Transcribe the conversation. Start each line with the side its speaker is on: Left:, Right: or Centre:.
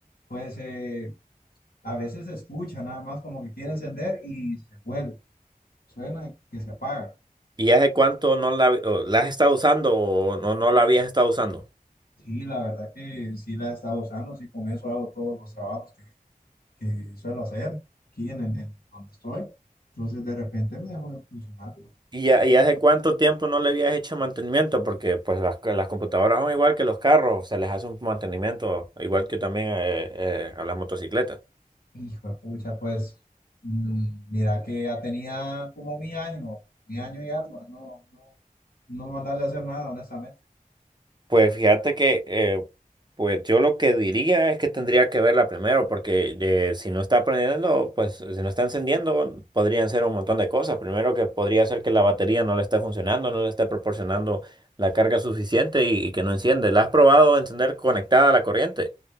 Left: Pues eh, a veces se escucha nada más como que quiere encender y se vuelve. Suena que se apaga.
Right: ¿Y hace cuánto no la, o la has estado usando o no, no la habías estado usando?
Left: Sí, la verdad que sí la he estado usando. Sí, con eso hago todos los trabajos que, que suelo hacer aquí en, en en donde estoy. Entonces de repente me dejó de funcionar.
Right: ¿Y, ya- y hace cuánto tiempo no le habías hecho mantenimiento? Porque pues las, las computadoras son igual que los carros, se les hace un mantenimiento, igual que también eh, eh, a las motocicletas.
Left: Hijo de pucha, pues mm, mira que ya tenía como mi año, mi año y algo, no, no, no mandarle a hacer nada, honestamente.
Right: Pues fíjate que eh, pues yo lo que diría es que tendría que verla primero, porque eh, si no está prendiendo, pues si no está encendiendo, podrían ser un montón de cosas. Primero que podría ser que la batería no le esté funcionando, no le esté proporcionando la carga suficiente y, y que no enciende. ¿La has probado encender conectada a la corriente?